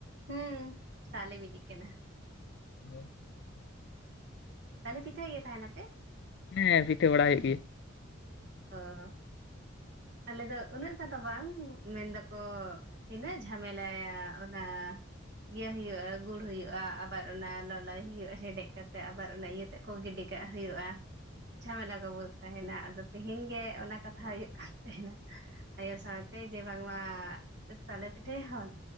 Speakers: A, on the right (about 60°); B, on the left (about 60°).
A: ᱦᱩᱸ ᱛᱟᱞᱮ ᱵᱮᱞᱤᱜ ᱠᱟᱱᱟ᱾
B: <unintelligible>
A: ᱛᱟᱞᱮ ᱯᱤᱴᱷᱟᱹᱭ ᱜᱮ ᱛᱟᱦᱮᱱᱟ ᱯᱮ?
B: ᱦᱮᱸ ᱯᱤᱴᱷᱟᱹ ᱵᱟᱲᱟ ᱦᱩᱭᱩᱜ ᱜᱮᱭᱟ᱾
A: ᱚᱻ᱾ ᱟᱞᱮ ᱫᱚ ᱩᱱᱟᱹᱜ ᱴᱟ ᱫᱚ ᱵᱟᱝ ᱢᱮᱱ ᱫᱟᱠᱚᱼᱼ ᱛᱤᱱᱟᱹᱜ ᱡᱷᱟᱢᱮᱞᱟ ᱭᱟ ᱚᱱᱟ᱾ ᱤᱭᱟᱹ ᱦᱩᱭᱩᱜ-ᱟ᱾ ᱜᱩᱲ ᱦᱩᱭᱩᱜ-ᱟ᱾ ᱟᱵᱟᱨ ᱚᱱᱟ ᱞᱚᱞᱚᱭ ᱦᱩᱭᱩᱜ-ᱟ᱾ ᱦᱮᱰᱮᱡ ᱠᱟᱛᱮᱜ ᱟᱵᱟᱨ ᱚᱱᱟ ᱤᱭᱟᱹᱼᱼ ᱛᱮᱜ ᱠᱚ ᱜᱤᱰᱤ ᱠᱟᱜ ᱦᱩᱭᱩᱜ-ᱟ᱾ ᱡᱷᱟᱢᱮᱞᱟ ᱠᱚ ᱵᱩᱡᱽ ᱛᱟᱦᱮᱱᱟ᱾ ᱟᱫᱚ ᱛᱤᱦᱤᱧ ᱜᱮ ᱚᱱᱟ ᱠᱟᱛᱷᱟ ᱦᱩᱭᱩᱜ ᱠᱟᱱ ᱛᱮᱦᱮᱱᱟ᱾ ᱟᱭᱳ ᱥᱟᱶᱛᱮ ᱡᱮ ᱵᱟᱝ ᱢᱟ, ᱛᱟᱞᱮ ᱯᱤᱴᱷᱟᱹᱭᱟ ᱵᱚᱱ